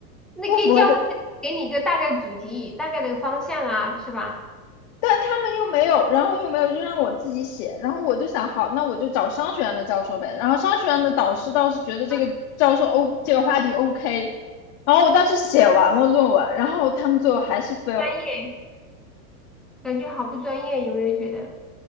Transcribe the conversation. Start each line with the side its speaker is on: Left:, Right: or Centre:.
Centre: 那可以叫他给你一个大概的主题，
Left: 不符合的。
Centre: 大概的方向啊，是吧？
Left: 但他们又没有，然后又没有，就让我自己写。然后我就想，好，那我就找商学院的教授呗。然后商学院的导师倒是觉得这个教授
Centre: 啊，
Left: O 这个话题 OK。然后我当时写完了论文，然后他们最后还是 fail
Centre: 专业，感觉好不专业，有没有觉得？